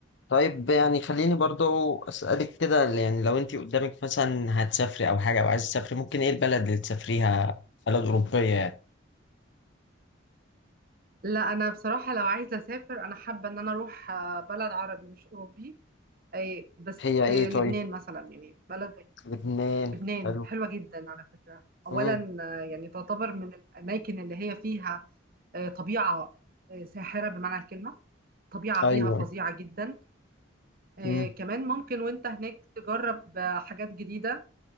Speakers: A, on the left; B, on the right.
A: طيب يعني خليني برضو اسالك كده يعني لو انت قدامك مثلا هتسافري او حاجه او عايز تسافري ممكن ايه البلد اللي تسافريها بلد اوروبيه يعني
B: لا أنا بصراحة لو عايزة أسافر أنا حابة إن أنا أروح آه، بلد عربي مش أوروبي أي بس
A: هي ايه
B: آه، لبنان
A: طيب
B: مثلا يعني بلد زي
A: لبنان
B: لبنان
A: حلو
B: حلوة جدا على فكرة أولا
A: امم
B: آه، يعني تعتبر من الأماكن اللي هي فيها آه، طبيعة آه، ساحرة بمعنى الكلمة طبيعة
A: ايوه
B: فيها فظيعة جدا آه،
A: امم
B: كمان ممكن وانت هناك تجرب آه، حاجات جديدة